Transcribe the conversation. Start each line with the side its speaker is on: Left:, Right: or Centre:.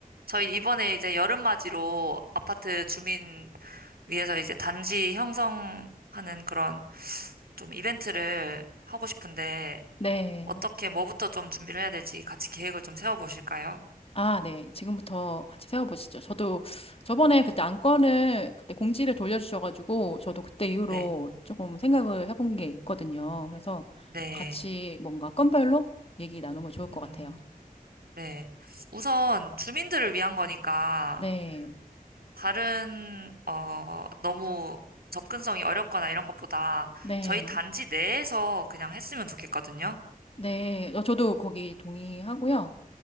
Right: 저희 이번에 이제 여름맞이로 아파트 주민 위해서 이제 단지 형성하는 그런 좀 이벤트를 하고 싶은데
Left: 네.
Right: 어떻게 뭐부터 좀 준비를 해야 될지 같이 계획을 좀 세워보실까요?
Left: 아, 네. 지금부터 같이 세워보시죠. 저도 저번에
Right: 네,
Left: 그때 안건을 그때 공지를 돌려주셔가지고 저도 그때 이후로
Right: 네,
Left: 조금 생각을 해본 게 있거든요. 그래서
Right: 네.
Left: 같이 뭔가 건별로 얘기 나누면 좋을 것 같아요.
Right: 음, 네. 우선 주민들을 위한 거니까
Left: 네.
Right: 다른 어 너무 접근성이 어렵거나 이런 것보다
Left: 네.
Right: 저희 단지 내에서 그냥 했으면 좋겠거든요.
Left: 네, 어, 저도 거기 동의하고요.